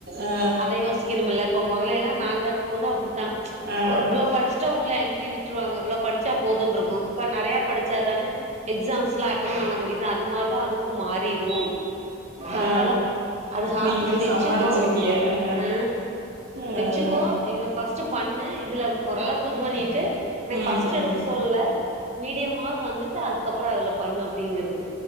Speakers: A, on the right; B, on the right.
A: ஆ
B: அத யோசிக்கனும்ள இப்ப முதலேல்லா நாங்க இருக்கும் போது அப்புடித்தான்
A: ஆ
B: ச் இவ்ளோ படுஷாடா உள்ள என்ட்ரி விட்டுருவாங்க இவ்ளோ படு ச்சா போதுன்ருக்கும் இப்ப நெறையா படு ச்சாதான எக்ஸாம்ஸ்லா அட்டன் பண்ண முடிது அது மாரி தான் அதுக்கும் மாறிரும் அதுனால
A: ஆ
B: அது ஹாபிஸ்
A: நீங்களு
B: வச்சுக்கோ
A: சமாளிச்சிருக்கிய ஆ
B: அ
A: ஆ
B: வச்சுக்கோ இத ஃபஸ்ட் பண்ணு இதுல புது பண்ணிட்டு நீ
A: ம்
B: ஃபஸ்ட்
A: ம்
B: எடுக்க
A: ம்
B: சொல்லல மீடியமாவது வந்துட்டு அதுக்கப்றம் அதுல பண்ணு அப்டிங்கறது